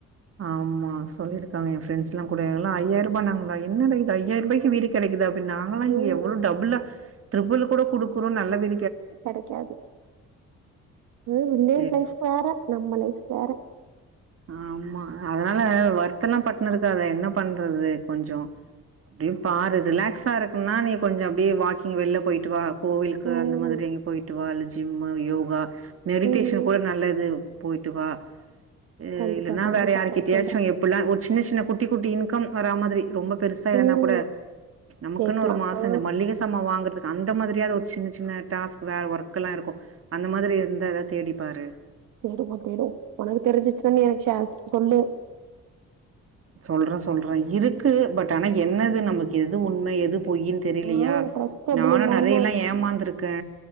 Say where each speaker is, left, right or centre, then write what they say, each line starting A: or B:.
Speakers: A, on the right; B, on the right.
A: ஆமா சொல்லிருக்காங்க என் ஃப்ரெண்ட்ஸ்லா கூட எல்லா ஐயாய்ரூபானாங்களா, என்னடா இது ஐயாய்ரூபாய்க்கு வீடு கெடைக்குதா நாங்கெல்லா
B: ம்
A: இங்க எவ்ளோ டபுளா ட்ரிபிள் கூட குடுக்குறோ நல்ல வீ
B: கெடைக்காது <unintelligible> வில்லேஜ்
A: பேஸ்
B: லைஃப் வேற நம்ம லைஃப் வேற
A: ஆமா அதனால வருத்தல்லா பட்னு இருக்காத என்ன பண்றது கொஞ்சொ அப்டே பாரு ரிலாக்ஸா இருக்குன்னா நீ கொஞ்சொ அப்டே வாக்கிங் வெள்ள போய்ட்டு வா கோவில்க்கு
B: ம்
A: அந்த மாதிரி எங்க போய்ட்டு வா இல்ல ஜிம்மு யோகா மெடிடேஷன்
B: ம் ம்
A: கூட நல்லது போய்ட்டு வா ம்
B: கண்டிப்பா,
A: இல்லனா
B: கண்டிப்பா
A: வேற யார்கிட்டயாச்சு
B: ட்ரை பண்றேன்.
A: எப்புட்ல்லா ஒர் சின்ன சின்ன குட்டி குட்டி இன்கம் வரா மாதிரி ரொம்ப பெருசா இல்லனா
B: ம்.
A: கூட நமக்குன்னு
B: கேட்கலாம்.
A: ஒரு மாசோ
B: ஆ
A: இந்த மள்ளிக சாமா வாங்கறதுக் அந்த மாதிரியாது ஒரு சின்ன சின்ன டாஸ்க் வே வொர்கெல்லா இருக்கு அந்த மாதிரி இருந்தா எதா தேடிப்பாரு
B: தேடுவோ தேடு ஒனக்கு தெரிஞ்சுச்ன்னா எனக் ஷேர்ஸ் சொல்லு
A: சொல்ற சொல்ற இருக்கு பட் ஆனா என்னது நமக் எது உண்ம எது பொய்யின் தெரீலியா
B: ஆ ட்ரஸ்டபுள்
A: நானு
B: இல்லாம
A: நெறையெல்லா ஏமாந்துருக்கே